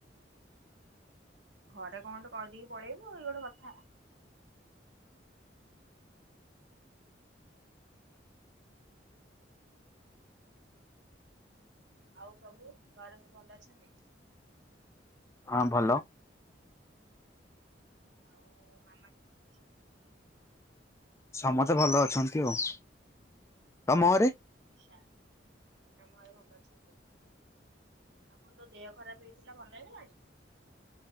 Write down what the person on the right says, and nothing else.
ଘରେ କଣ ଗୋଟେ କହିଁଦେଇକି ପଳେଇବୁ ଇଏ ଗୋଟେ କଥା। ଆଉ ସବୁ ଘରେ ସବୁ ଭଲ ଅଛନ୍ତି।
ଆଉ ମାମା କଣ କରୁଚି?
ଆଛା ଆମ ଘରେ ଭଲ ଅଛନ୍ତି। ଆପଣଙ୍କ ଦେହ ଖରାପ ହେଇଥିଲା ଭଲ ହେଇଗଲାଣି?